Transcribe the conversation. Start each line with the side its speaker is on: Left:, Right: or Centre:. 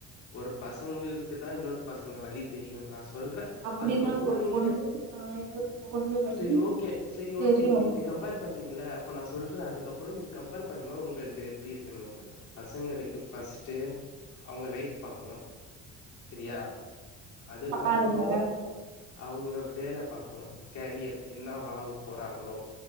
Left: ஒரு பசங்களுக்கு தான் இன்னொரு பசங்க வலி தெரியும் நான் சொல்றேன்
Right: அப்டிதா
Left: அதுக்கப்புறம்
Right: ஒரு
Left: நீங்க
Right: பொண்ணுக்குதா இன்னொரு பொண்ணு வலி
Left: சரி ஓகே சரி
Right: தெரியு
Left: ஓகே நீங்க எப்படி கம்பேர் பண்ணுறீங்கள அப்போ நான் சொல்றேன் அதுக்கப்புறம் நீங்கள் கம்பேர் பண்ணு உளுக்கு எப்படி இருக்குன்னுனுறேன் பசங்களுக்கு பர்ஸ்ட் அவங்க லைஃப் பாக்கணும் சரியா அதுக்கப்றம்
Right: பாருங்க
Left: அவங்க வேலை பார்க்கணும் கரியர் என்ன ஆக போறாங்களோ